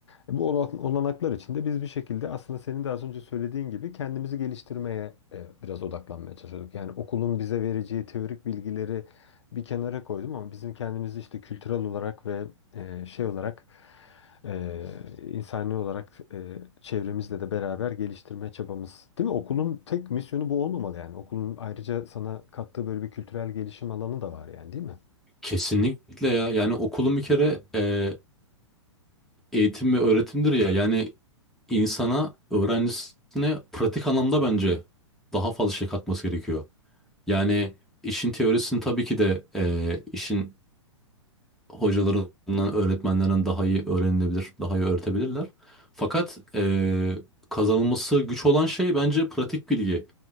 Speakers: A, on the left; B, in the centre.
A: E, Bu ola- olanaklar içinde biz bir şekilde aslında senin de az önce söylediğin gibi kendimizi geliştirmeye e, biraz odaklanmaya çalışıyorduk. Yani okulun bize vereceği teorik bilgileri bir kenara koydum ama bizim kendimizi işte kültürel olarak ve e, şey olarak e, insani olarak e, çevremizle de beraber geliştirme çabamız. Değil mi? Okulun tek misyonu bu olmamalı yani. Okulun ayrıca sana kattığı böyle bir kültürel gelişim alanı da var yani değil mi?
B: kesinlikle ya. Yani okulun bir kere e, eğitim ve öğretimdir ya yani insana öğrencisine pratik anlamda bence daha fazla şey katması gerekiyor. Yani işin teorisini tabii ki de eee, işin hocalarından, öğretmenlerinden daha iyi öğrenilebilir, daha iyi öğretebilirler. Fakat eee, kazanılması güç olan şey bence pratik bilgi.